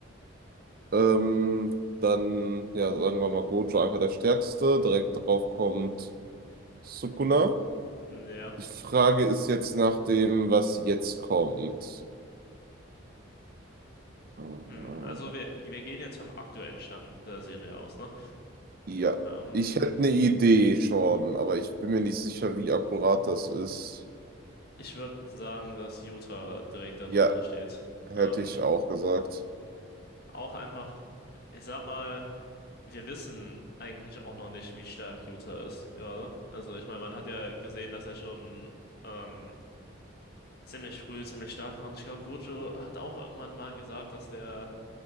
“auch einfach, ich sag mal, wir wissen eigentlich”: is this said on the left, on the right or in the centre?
Left